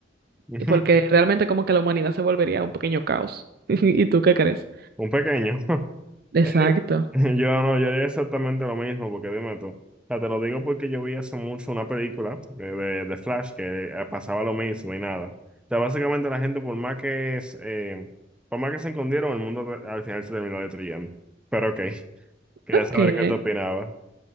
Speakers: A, in the centre; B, on the right (about 55°).
A: <laughs>
B: Y porque realmente como que la humanidad se volvería un pequeño caos. <laughs> ¿Y tú qué crees?
A: Un pequeño. <laughs>
B: Exacto.
A: Eh, <laughs> Yo no, yo haría exactamente lo mismo, porque dime tú. O sea, te lo digo porque yo vi hace mucho una película de, de- de Flash que eh, pasaba lo mismo y nada. O sea, básicamente la gente, por más que, es, eh, por más que se escondieron, el mundo al final se terminó destruyendo. Pero ok, <laughs> quería
B: Ok.
A: saber qué te opinaba.